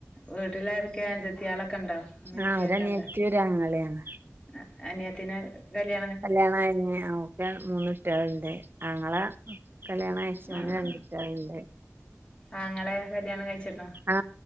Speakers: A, on the left; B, on the right.
A: വീട്ട്ലാരൊക്കെ അഞ്ച ത്തിയോളക്കെണ്ടോ ഇമ്മിംഇപ്പിം
B: ആഹ് ഒരനിയത്തി
A: ഒക്കെണ്ടോ
B: ഒരാങ്ങളെയാണ്
A: അ അനിയത്തിനെ കല്യാ
B: കല്യാണയ്ഞ്ഞ് ഓക്ക് മൂന്ന്ട്ട്യോള്ണ്ട് ആങ്ങള കല്യാണയ്ച്
A: ആ
B: ഓന്
A: ആ
B: രണ്ടുട്ട്‌യോള്ണ്ട്
A: ആങ്ങളെ കല്യാണംകയ്ച്ച്ക്ണ്
B: ആ